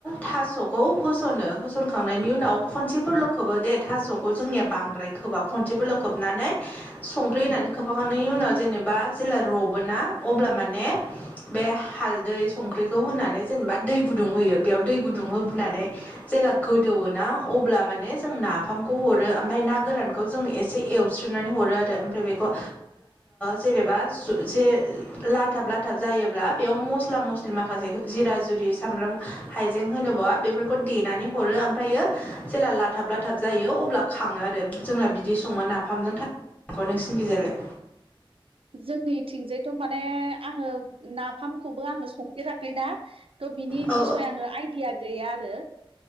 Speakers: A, on the left; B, on the right.
A: थास'खौ होस'नो होस'नखां -नायनि उनाव खनसेफोरल' खोबो दे थास'खौ जोंनिया बांद्राय खोबा खनसेफोरल' खोबनानै संख्रि
B: उम
A: होनानै खोबफाखांनायनि उनाव जेनेबा जेला रबोना अब्ला माने बे हालदै संख्रिखौ होनानै जेन जेनेबा दै गुदुं होयो बेयाव दै गुदुं होनानै जेला गोदौवो ना अब्ला माने जों नाफामखौ हरो ओमफ्राय ना गोरानखौ जों एसे एवस्रिनानै हरो हरो आरो ओमफ्राय बेखौ जेनोबा जे लाथाब लाथाब जायोब्ला बेयाव मस्ला मस्लि माखासे जिरा जुरि सामब्राम हाइजें होनोबा बेफोरखौ देनानै हरो ओमफ्रायो जेला लाथाब लाथाब जायो अब्ला खाङो आरो जोंना बिदि सङो नाफामजों खौ नोंसिन थिंजालाय
B: जोंनिथिंजायथ' माने आङो नाफामखौबो आङो संफेराखैना थ' बिनि
A: औ
B: बिसय आङो आइडिया गैया आरो